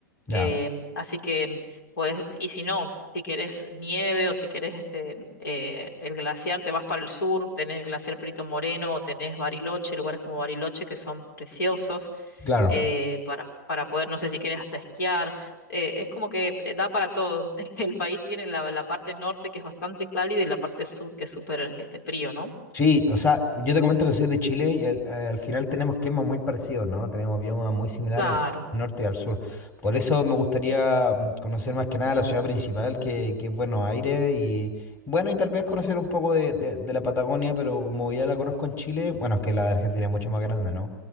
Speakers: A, on the left; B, on the left.
A: ya,
B: Em, así que puedes, y si no, si quieres nieve o si quieres este, eh, el glaciar, te vas para el sur, tenés el glaciar Perito Moreno o tenés Bariloche, lugares como Bariloche que son preciosos
A: claro.
B: eh, para, para poder, no sé si quieres hasta esquiar. eh, es como que eh, da para todo. <laughs> El país tiene la, la parte norte que es bastante cálida y la parte sur que es súper este, frío, ¿no?
A: Sí, o sea, yo te comento que soy de Chile y al, eh, al final tenemos climas muy parecidos, ¿no? Tenemos biomas muy similares
B: Claro.
A: en cuanto al norte y al sur. Por eso me gustaría mm, conocer más que nada la ciudad principal, que, que es Buenos Aires, y bueno, y tal vez conocer un poco de, de- de la Patagonia, pero como ya la conozco en Chile, bueno, es que la de Argentina es mucho más grande, ¿no?